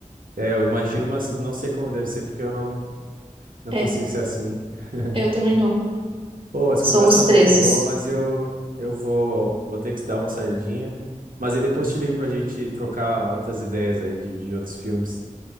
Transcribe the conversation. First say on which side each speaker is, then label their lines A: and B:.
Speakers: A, on the right; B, on the right.
A: É, eu imagino, mas não sei como deve ser porque eu não não
B: É,
A: consigo ser assim. <laughs>
B: eu também não.
A: Pô, essa
B: Somos
A: conversa tá
B: presos.
A: muito boa, mas eu eu vou vou ter que dar uma saidinha. Mas aí depois te ligo pra gente trocar outras ideias aí de, de outros filmes.